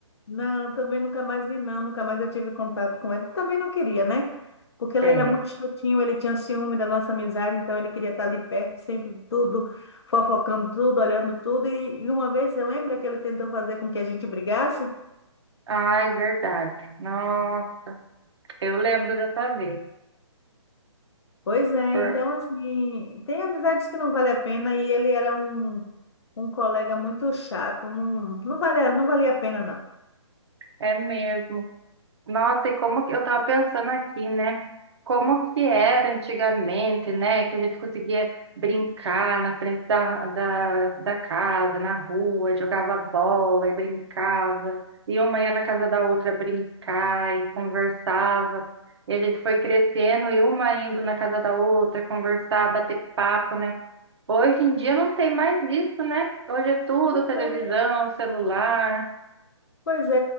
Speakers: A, on the left; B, on the right.
A: Não, também nunca mais vi, não. Nunca mais eu tive contato com ele. Também não queria, né? Porque ele
B: É.
A: era muito chatinho, ele tinha ciúme da nossa amizade, então ele queria estar ali perto sempre de tudo, fofocando tudo, olhando tudo. E, e uma vez, você lembra que ele tentou fazer com que a gente brigasse?
B: Ai, verdade. Nossa, eu lembro dessa vez.
A: Pois é,
B: Por-
A: então, assim, tem amizades que não vale a pena e ele era um, um colega muito chato, não, não valia, não valia a pena,
B: É mesmo. Nossa, e como que eu estava pensando aqui, né? Como que era antigamente, né? Que a gente conseguia brincar na frente da, da, da casa, na rua, jogava bola e brincava, e uma ia na casa da outra brincar e conversava. E a gente foi crescendo e uma indo na casa da outra conversar, bater papo, né? Hoje em dia não tem mais isso, né? Hoje é tudo
A: não.
B: televisão, celular,
A: Pois é,